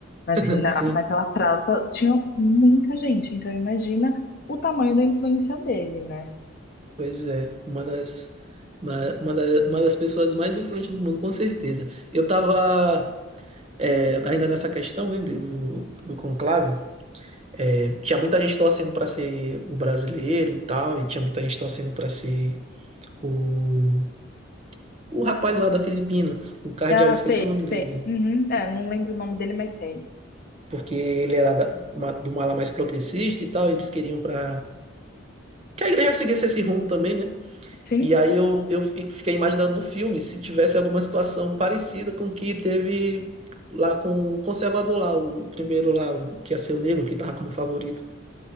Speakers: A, on the left; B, on the right.
A: mas
B: <laughs>
A: assim, na,
B: sim,
A: naquela praça tinha muita gente, então imagina o tamanho da influência dele, né.
B: pois é, uma das uma, uma, da- uma das pessoas mais influentes do mundo, com certeza. Eu tava é, ainda nessa questão, né, do, do conclave, é, tinha muita gente torcendo para ser o brasileiro e tal, e tinha muita gente torcendo para ser o, o rapaz lá da Filipinas, o cardeal,
A: Ah,
B: esqueci
A: sei,
B: o nome
A: sei.
B: dele,
A: Uhum, é, não lembro o nome dele, mas sei.
B: porque ele era da, ma- do mala mais progressista e tal, eles queriam para que a igreja seguisse esse rumo também, né?
A: Sim.
B: E aí eu, eu fiquei imaginando no filme se tivesse alguma situação parecida com o que teve lá com o conservador lá, o primeiro lá, o que ia ser o negro, que tava como favorito.